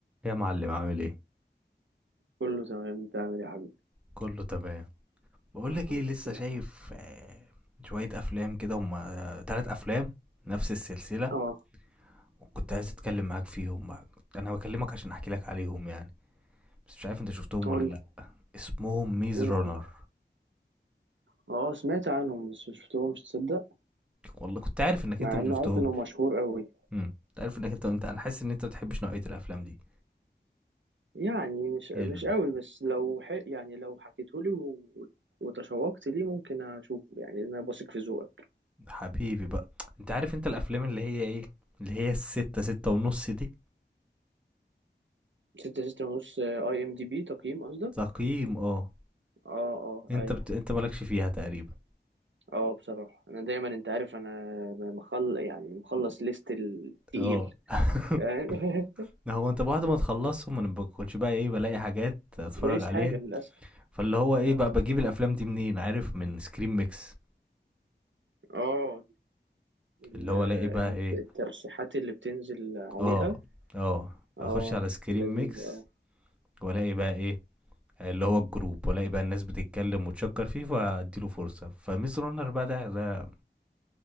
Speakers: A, in the centre; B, on the right (about 85°).
A: يا معلم عامل ايه
B: كله تمام انت عامل ايه يا حبيبي
A: كله تمام بقولك
B: الحمد
A: ايه لسه
B: لله
A: شايف آه، شوية افلام كده هما تلات افلام نفس السلسلة
B: اه
A: وكنت عايز اتكلم معاك فيهم بقى. انا بكلمك عشان احكي لك عليهم يعني بس مش عارف انت شفتهم
B: قول
A: ولا لا
B: لي
A: اسمهم ميز
B: ايه
A: رانر
B: هم اه سمعت عنهم بس مشفتهمش تصدق
A: والله كنت عارف انك
B: مع
A: انت ما
B: انه
A: شفتهمش
B: عارف انه مشهور قوي
A: امم كنت عارف انك انت انت انا حاسس ان انت ما بتحبش نوعية الافلام دي
B: يعني مش مش
A: ال...
B: قوي بس لو ح... يعني لو حكيتهولي و... وتشوقت ليه ممكن اشوفه يعني لأن انا بثق في ذوقك
A: حبيبي بقى انت عارف انت الافلام اللي هي ايه اللي هي الستة ستة ونص دي
B: ستة ستة ونص اي ام دي بي تقييم قصدك
A: تقييم اه
B: اه اه
A: انت
B: ايوه
A: بت... انت مالكش فيها تقريبا
B: اه بصراحة انا دايما انت عارف انا مخل يعني مخلص ليست التقيل
A: اه <laughs>
B: <laughs>
A: هو انت بعد ما تخلصهم انا بكونش بقى ايه بلاقي حاجات اتفرج
B: تلاقيش
A: عليها
B: حاجة للأسف
A: فاللي هو
B: للأسف
A: ايه بقى بجيب الافلام دي منين عارف من سكرين ميكس
B: اه ال-
A: اللي هو الاقي بقى
B: ال-
A: ايه
B: الترشيحات اللي بتنزل عليها
A: اه اه
B: اه
A: اخش على سكرين
B: لذيذة
A: ميكس
B: اه
A: والاقي بقى ايه اللي هو الجروب والاقي بقى الناس بتتكلم وتشكر فيه فاديله فرصة فميز رونر بقى ده ده